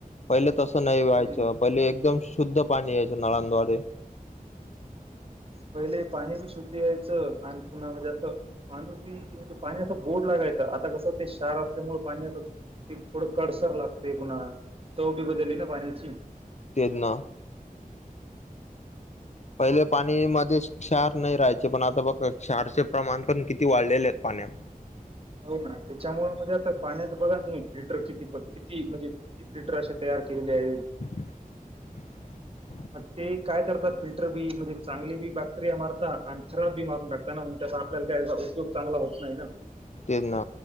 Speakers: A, on the left (about 50°); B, on the right (about 40°).
A: पहिले तसं नाही व्हायचं
B: हो ना.
A: पहिले एकदम शुद्ध पाणी यायचं नळांद््वारे
B: पहिले पाणी बी शुद्ध यायचं आणि पुन म्हणजे आ माणू बी म्हणजे पाण्या बोर्ड लागाय आता क एक थोडं कडसर लागते पुन्हा चव बी बदली ना पाण्याची
A: तेजना पहिले पाणी मध्ये क्षार नाही राहायचे पण आता बघ क्षारचे प्रमाण पण किती वाढलेले आहेत पाणी न्यात
B: हो ना त्याच्यामुमुळे म्हणजे आता पाण्यातच बदल होईल फिल्टर किती पण किती म्हणजे किती फिल्टर असे तयार केलेली आहे
A: <unintelligible>
B: मग ते काय करतात फिल्टर बी म्हणजे चांगली बी बॅक्टेरिया मारतात आणि खराब बी मारून टाकताना म्ह त्या आपला का याचा उपयोग चांगला होत नाही ना
A: तेच ना